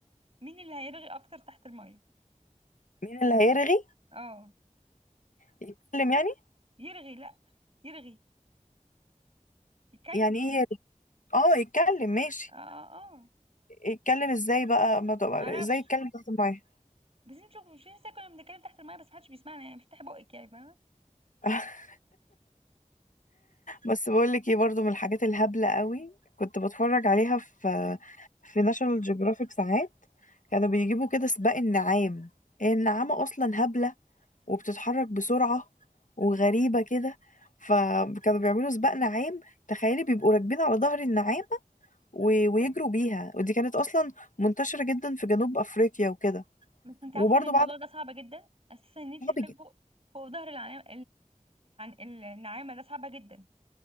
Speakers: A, on the right; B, on the left.
A: مين اللي هيرغي اكتر تحت الميه
B: مين اللي هيرغي
A: اه
B: يتكلم يعني
A: يرغي لا يرغي يتكلم
B: يعني
A: اه
B: ايه يرغي؟ اه يتكلم ماشي
A: اه اه آه.
B: يتكلم ازاي بقى ما تبقى-
A: ما اعرفش
B: ازاي يتكلم تحت الميه
A: بس انت شوفوا مش لسه كنا بنتكلم تحت الميه بس محدش بيسمعنا يعني افتحي بقك يعني فاهمه
B: <laughs> بس بقول لك ايه برضو من الحاجات الهبلة قوي كنت بتفرج عليها في في ناشونال جيوغرافيك ساعات كانوا بيجيبوا كده سباق النعام هي النعامة اصلا هبلة وبتتحرك بسرعة وغريبة كده فكانوا بيعملوا سباق نعام تخيلي بيبقوا راكبين على ظهر النعامة و- ويجروا بيها ودي كانت اصلا منتشرة جدا في جنوب افريقيا وكده
A: بس انت عارفه
B: وبرضو
A: ان الموضوع ده صعب جدا اساسا ان انت
B: بعد
A: تركبي فوق فوق ظهر العناعه النعامه ده صعبه جدا